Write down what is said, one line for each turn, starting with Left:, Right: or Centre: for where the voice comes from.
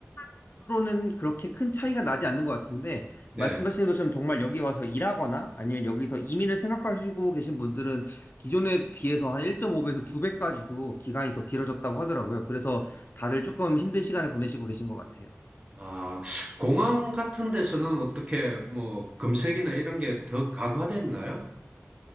Left: 여행으로는 그렇게 큰 차이가 나지 않는 것 같은데,
Right: 네.
Left: 말씀하시는 것처럼 정말 여기 와서 일하거나 아니면 여기서 이민을 생각하시고 계신 분들은 기존에 비해서 한 1.5배에서 2배까지도 기간이 더 길어졌다고 하더라고요. 그래서 다들 조금 힘든 시간을 보내시고 계신 것 같아요.
Right: 아, 공항 같은 데서는 어떻게 뭐 검색이나 이런 게 더 강화됐나요?